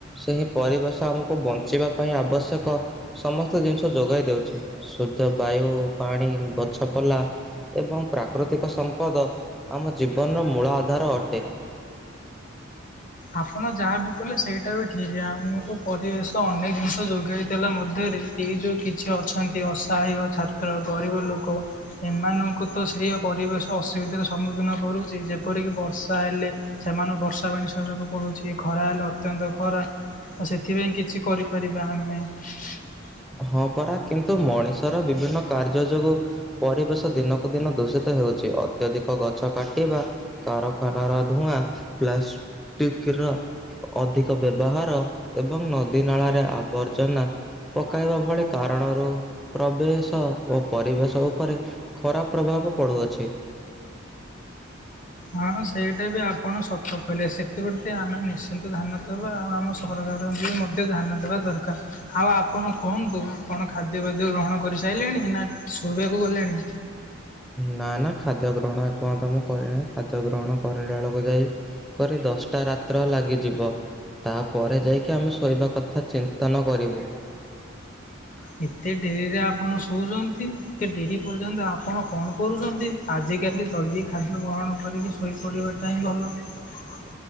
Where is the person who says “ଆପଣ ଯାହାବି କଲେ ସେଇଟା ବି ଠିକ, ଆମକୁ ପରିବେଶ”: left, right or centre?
Left